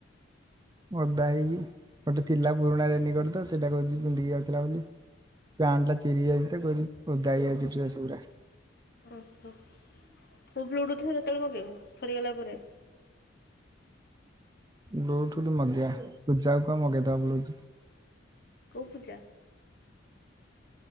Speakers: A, on the right (about 20°); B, on the left (about 50°).
A: ଓଦା ହେଇକି ଗୋଟେ ଥିଲା ପୁରୁଣା ରେନିକୋଟ ତ ସେଟା କହୁଚି ପିନ୍ଧିକି ଯାଉଥିଲା ବୋଲି। ପ୍ୟାଣ୍ଟ ଟା ଚିରି ଯାଇଚି ତ କହୁଚି ଓଦା ହେଇଯାଉଚି ଡ୍ରେସ ଗୁରା।
B: ଓହୋ ତୁ ବ୍ଲୁଟୁଥ୍ ଟା କେତେବେଳେ ମଗେଇବୁ ସରିଗଲା ପରେ?
A: ବ୍ଲୁଟୁଥ୍ ମଗେଇବା ପୂଜାକୁ କହ ମଗେଇଦବ ବ୍ଲୁଟୁଥ୍।
B: କୋଉ ପୂଜା?